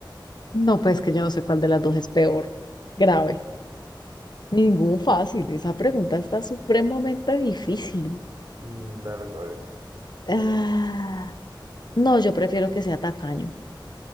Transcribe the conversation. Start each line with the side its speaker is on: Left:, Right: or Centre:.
Left: No, pues que yo no sé cuál de las dos es peor. Grave. Ningún fácil. Esa pregunta está supremamente difícil.
Right: Mm, dale, pues. a ver.
Left: Ah, no, yo prefiero que sea tacaño.